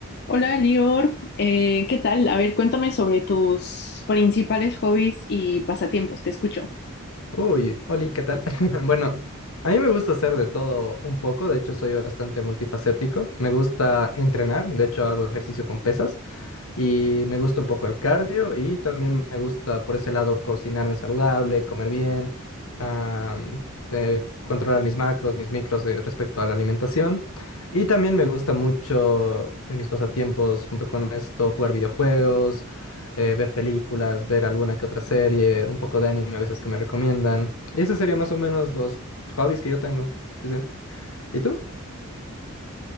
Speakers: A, on the left; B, on the left.
A: Hola, Lior. Eh, ¿qué tal? A ver, cuéntame sobre tus principales hobbies y pasatiempos. Te escucho.
B: Uy, Oli, ¿qué tal? <laughs> Bueno, a mí me gusta hacer de todo un poco, de hecho soy bastante multifacético. Me gusta entrenar, de hecho hago ejercicio con pesas. Y me gusta un poco el cardio y también me gusta por ese lado cocinarme saludable, comer bien, am, eh, controlar mis macros, mis micros eh, respecto a la alimentación. Y también me gusta mucho en mis pasatiempos, junto con esto, jugar videojuegos, eh, ver películas, ver alguna que otra serie, un poco de anime a veces que me recomiendan. Y ese sería más o menos los hobbies que yo tengo. Sí, sí. ¿Y tú?